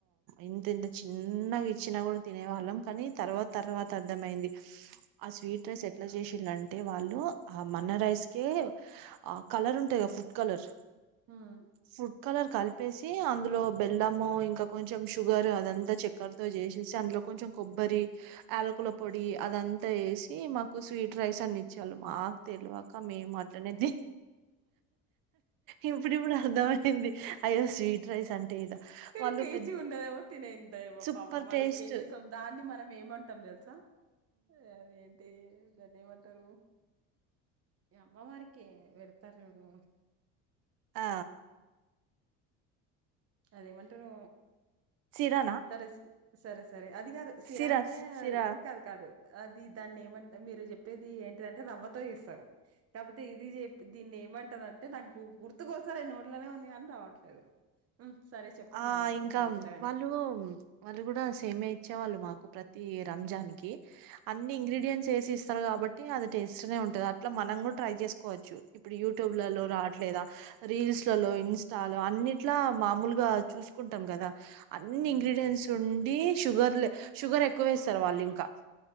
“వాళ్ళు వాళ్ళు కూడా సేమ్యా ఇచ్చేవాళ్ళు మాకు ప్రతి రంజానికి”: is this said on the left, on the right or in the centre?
Right